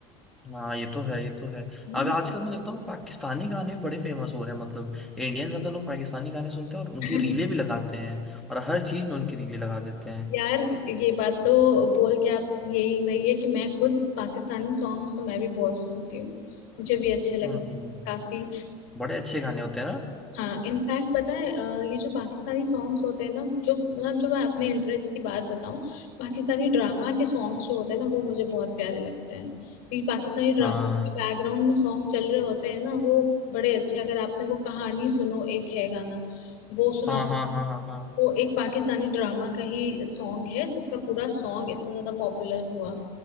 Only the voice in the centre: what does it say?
हाँ ये तो है ये तो है
अब आजकल मैं देखता हूँ पाकिस्तानी गाने भी बड़े फेमस हो रहे हैं मतलब इंडियन ज्यादा लोग पाकिस्तानी गाने सुनते हैं और उनकी
रीलें भी लगाते हैं और हर चीज में उनकी रीलें लगा देते हैं
हम्म
बड़े अच्छे गाने होते हैं ना
हाँ
हाँ हाँ हाँ हाँ हाँ